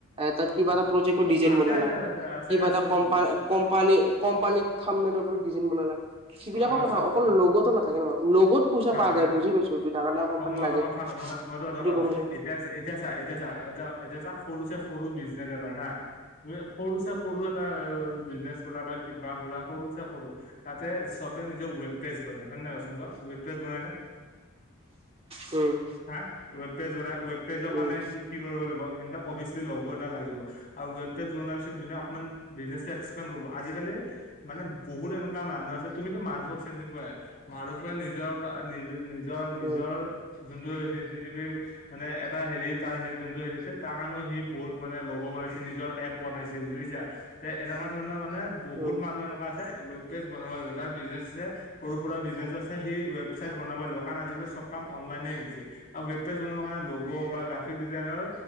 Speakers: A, on the right; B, on the left.
A: তাত কিবা
B: উম
A: এটা প্ৰজেক্টৰ ডিজাইন
B: আছে
A: বনালা
B: আছে আছে আছে
A: কিবা
B: আছে
A: এটা ক
B: বহুত আছে
A: কম্পানী কোম্পানীৰ থাম্বনেইল ওপৰত ডিজাইন বনালা, সেইবিলাকো
B: অ আছে
A: কথা
B: আছে
A: অকল লগতো না তাকে ন লগত পইচা
B: চা
A: পা
B: ভাই
A: যায় বুজি পাইছো। এইটো ডাঙৰ ডাঙৰ কোম্পানী
B: তোক মই
A: লাগে।
B: এটা কথা কম মই তোৰ কথা
A: সেইটো
B: কওঁ
A: গম পাইছো
B: এতিয়া এতিয়া এতিয়া চা এতিয়া চা এতিয়া চা সৰু চে সৰু বিজনেছ এটা হা সৰু চা সৰু এটা বিজনেচ হলা বা কিবা হলা সৰু চে সৰু তাতে চবে নিজৰ ৱেব পেজ বনাই হয় নাই কোৱা চোন কোৱা ৱেব পেজ বনাই ন
A: উম
B: হা? ৱেব পেজ বনাই ৱেব পেজৰ কাৰণে
A: উম
B: কি কি কৰিব লাগিব সিহঁতক অবিয়েচলী লগ' এটা লাগিব আৰু ৱব পেজ বনোৱাৰ পিছত যোনে অকমান বিজনেচ এক্সপ্লেইন কৰিব আজিকালি মানে বহুত এনেকা মানুহ আছে তুমিতো মানুহক চিনি পোৱাই। মানুহবোৰে নিজৰ নিজৰ নিজৰ নিজৰ
A: উম
B: যোনটো চি চি টিভিৰ মানে এটা হেৰি তাৰ হেৰি যোনটো এৰিছে তাৰ কাৰণেও সি বহুত মানে লগৰ বনাইছে নিজৰ এপ বনাইছে বুজি পাইছ তে এনেকুৱা ধৰণৰ মানে। বহুত
A: উম
B: মানুহ এনেকা আছে ৱেব পেজ বনাব লাগিব যাৰ বিজনেচ আছে সৰু সুৰা বিজনেছো আছে সি ৱেবচাইট। বনাব লাগ কাৰণ আজিকালি চব কাম অনলাইনে আহিছে আৰু ৱেব পেজ বনাবৰ কাৰণে লগ' বা গ্ৰাফিক ডিজাইনৰ।